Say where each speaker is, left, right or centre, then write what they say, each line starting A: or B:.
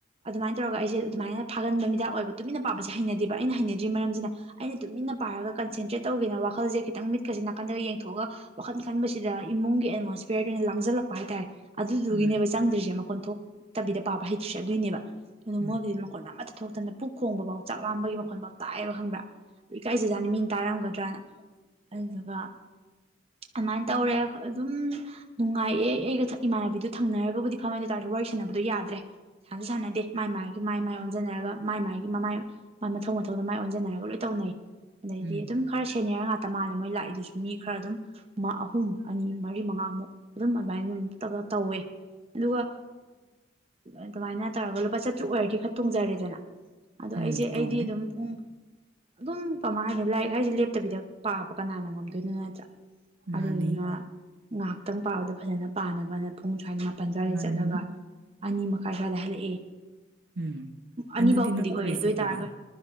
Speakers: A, on the right; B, on the right.
A: ꯑꯗꯨꯃꯥꯏꯅ ꯇꯧꯔꯒ ꯑꯩꯁꯦ ꯑꯗꯨꯃꯥꯏꯅ ꯐꯥꯒꯟꯕ ꯃꯤꯗꯥꯏ ꯑꯣꯏꯕ ꯇꯨꯃꯤꯟꯅ ꯄꯥꯕꯁꯦ ꯍꯩꯅꯗꯦꯕ ꯑꯩꯅ ꯍꯩꯅꯗ꯭ꯔꯤ ꯃꯔꯝꯁꯤꯅ ꯑꯩꯅ ꯇꯨꯃꯤꯟꯅ ꯄꯥꯔꯒ ꯀꯟꯁꯦꯟꯇ꯭ꯔꯦꯠ ꯇꯧꯒꯦꯅ ꯋꯥꯈꯜꯁꯦ ꯈꯤꯇꯪ ꯃꯤꯠꯀꯁꯤꯅ ꯅꯥꯀꯟꯗꯒ ꯌꯦꯡꯊꯣꯛꯑꯒ ꯋꯥꯈꯜ ꯈꯟꯕꯁꯤꯗ ꯏꯃꯨꯡꯒꯤ ꯑꯦꯠꯃꯣꯁꯐꯤꯌꯔꯗꯨꯅ ꯂꯥꯡꯁꯤꯜꯂꯛꯄ ꯍꯥꯏꯇꯥꯔꯦ ꯑꯗꯨꯗꯨꯒꯤꯅꯦꯕ
B: ꯃꯥꯅꯤ
A: ꯆꯪꯗ꯭ꯔꯤꯁꯦ ꯃꯈ ꯑꯣꯣꯟꯊꯣꯛꯇꯕꯤꯗ ꯄꯥꯕ ꯍꯩꯇ꯭ꯁꯦ ꯑꯗꯨꯏꯅꯦꯕ ꯑꯗꯨ
B: ꯎꯝ
A: ꯃꯒ ꯏ ꯃ ꯀꯣꯟ ꯃ ꯑꯊꯣꯛ ꯍꯊꯗ ꯄꯨꯛ ꯈꯣꯡꯕꯐꯥꯎ ꯆꯥꯛ ꯂꯥꯝꯕꯒꯤ ꯃꯈꯣꯟꯐꯥꯎ ꯇꯥꯏꯑꯕ ꯈꯪꯕ꯭ꯔꯥ ꯏꯀꯥꯏꯁꯤꯦ ꯖꯥꯠꯅꯤ ꯃꯤꯅ ꯇꯥꯔꯝꯒꯗ꯭ꯔꯅ ꯑꯗꯨꯗꯨꯒ ꯑꯗꯨꯃꯥꯏꯅ ꯇꯧꯔꯦ ꯑꯗꯨꯝ ꯅꯨꯡꯉꯥꯏꯌꯦ ꯑꯩꯒ ꯏꯃꯥꯟꯅꯕꯤꯗꯨ ꯊꯪꯅꯔꯒꯕꯨꯗꯤ ꯐꯝꯃ ꯑꯗꯨ ꯑꯣꯏ ꯇꯥꯔꯁꯨ ꯋꯥꯔꯤ ꯁꯥꯟꯅꯕꯗꯣ ꯌꯥꯗ꯭ꯔꯦ ꯁꯥꯟꯅꯁꯨ ꯁꯥꯟꯅꯗꯦ ꯃꯥꯏ ꯃꯥꯥꯏꯒꯤ ꯃꯥꯏ ꯃꯥꯏ ꯑꯣꯟꯖꯅꯔꯒ ꯃꯥꯏ ꯃꯥꯥꯏꯒꯤ ꯃꯃꯥꯏ ꯃꯥ ꯃꯊꯧ ꯃꯊꯧꯗ ꯃꯥꯏ ꯑꯣꯟꯁꯤꯟꯅꯔꯒ ꯂꯣꯏ ꯇꯧꯅꯩ ꯑꯗꯩꯗꯤ
B: ꯎꯝ
A: ꯑꯗꯨꯝ ꯈꯔ ꯁꯦꯅꯤꯌꯔ ꯉꯥꯛꯇ ꯇ ꯃꯥꯜꯂꯦ ꯃꯣꯏ ꯂꯥꯛꯏꯗꯨꯁꯨ ꯃꯤ ꯈꯔ ꯑꯗꯨꯝ ꯑꯍꯨꯝ ꯑꯅꯤ ꯃꯔꯤ ꯃꯉꯥꯃꯨꯛ ꯑꯗꯨꯝ ꯑꯗꯨꯃꯥꯏꯅ ꯑꯗꯨꯝ ꯇꯧꯋꯦ ꯑꯗꯨꯒ ꯑꯗꯨꯃꯥꯏꯅ ꯇꯧꯔꯒ ꯂꯨꯄꯥ ꯆꯥꯇ꯭ꯔꯨꯛ ꯑꯣꯏꯔꯗꯤ ꯈꯔ ꯇꯣꯡꯖꯔꯦꯗꯅ ꯑꯗꯣ
B: ꯎꯝ
A: ꯑꯩꯁꯦ
B: ꯇꯣꯡꯉꯦ
A: ꯑꯩꯗꯤ ꯑꯗꯨꯝ ꯄꯨꯡ ꯑꯗꯨꯝ ꯀꯃꯥꯏ ꯍꯥꯏꯗꯤ ꯂꯥꯏꯔꯤꯛ ꯍꯥꯏꯁꯦ ꯂꯦꯞꯇꯕꯤꯗ ꯄꯥꯕ ꯀꯅꯥꯅ ꯉꯝꯗꯦ ꯑꯗꯨꯗꯨꯅ
B: ꯃꯥꯅꯤ
A: ꯑꯗꯨꯟꯅ ꯉꯥꯏꯍꯥꯛꯇꯪ ꯄꯥꯕꯗ ꯐꯖꯅ ꯄꯥꯅꯕꯅ ꯄꯨꯡ ꯁ꯭ꯋꯥꯏ ꯄꯟꯖꯗꯦ
B: ꯃꯥꯅꯤ
A: ꯆꯠꯂꯒ ꯑꯅꯤ ꯃꯈꯥ ꯁ꯭ꯋꯥꯗ ꯍꯜꯂꯛꯑꯦ
B: ꯎꯝ
A: ꯑꯅꯤꯐꯥꯎꯕꯨꯗꯤ
B: ꯑꯗꯨꯗꯤ ꯅꯪ
A: ꯑꯣꯏꯔꯦ
B: ꯀꯣꯂꯦꯖ
A: ꯑꯗꯨ
B: ꯆꯠꯄ꯭ꯔꯗꯤ
A: ꯑꯣꯏꯇꯥꯔꯒ